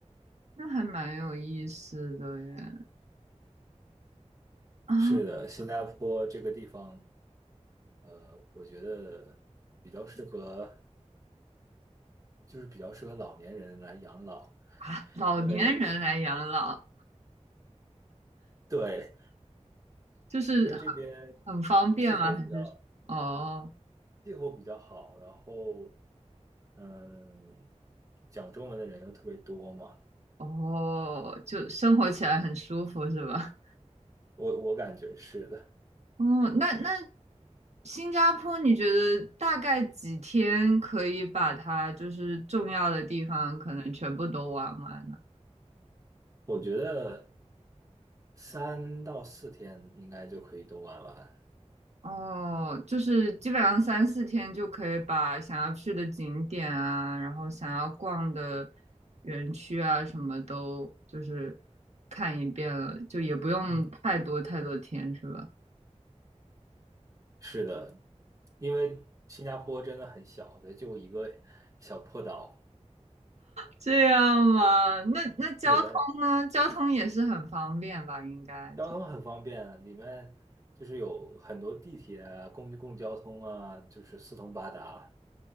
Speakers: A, on the right (about 65°); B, on the right (about 30°).
A: 那还蛮有意思的耶。啊
B: 是的，新加坡这个地方，呃，我觉得比较适合，就是比较适合老年人来养老，
A: 啊，老年人来养老，
B: 因为。<laughs> 对。
A: 就是很很方便吗？
B: 因为这边嗯气候比较
A: 还是哦
B: 气候比较好，然后嗯讲中文的人又特别多嘛，
A: 哦，就生活起来很舒服是吧？
B: 我我感觉是的，
A: 哦，那那新加坡，你觉得大概几天可以把它就是重要的地方可能全部都玩完呢？
B: 我觉得三到四天应该就可以都玩完。
A: 哦，就是基本上三四天就可以把想要去的景点啊，然后想要逛的园区啊，什么都就是看一遍了，就也不用太多太多天，
B: 嗯，
A: 是吧？
B: 是的，因为新加坡真的很小，它就一个小破岛，
A: 这样吗？那那交通呢？
B: 是的，
A: 交通也是很方便吧？应该。
B: 交通很方便，里面就是有很多地铁啊、公公共交通啊，就是四通八达。